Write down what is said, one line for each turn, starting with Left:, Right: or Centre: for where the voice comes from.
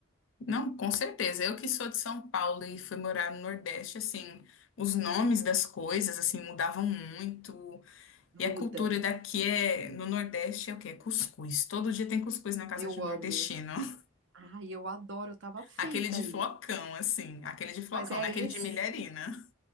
Left: Não, com certeza. Eu que sou de São Paulo e fui morar no Nordeste, assim, os nomes das coisas, assim, mudavam muito.
Right: Muda.
Left: E a cultura daqui é, no Nordeste, é o quê? É cuscuz. Todo dia tem cuscuz na casa
Right: Eu
Left: de um
Right: amo.
Left: nordestino. <laughs>
Right: Ai, eu adoro, eu tava feita
Left: Aquele de
Right: aí.
Left: flocão, assim. Aquele de flocão,
Right: Mas é
Left: né? Aquele
Right: esse,
Left: de milharina.